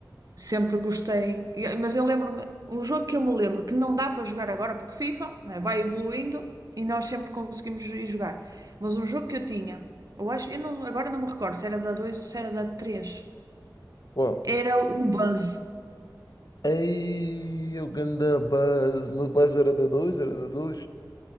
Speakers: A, on the right (about 50°); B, on the left (about 55°).
A: sempre gostei. E- Mas eu lembro-me, um jogo que eu me lembro que não dá para jogar agora, porque FIFA, né, vai evoluindo e nós sempre conseguimos ir jogar. Mas um jogo que eu tinha, eu acho, eu não- agora não me recordo se era da 2 ou se era da 3?
B: qual?
A: era o Buzz.
B: Ei, o ganda buzz. Mas buzz era da dois era da dois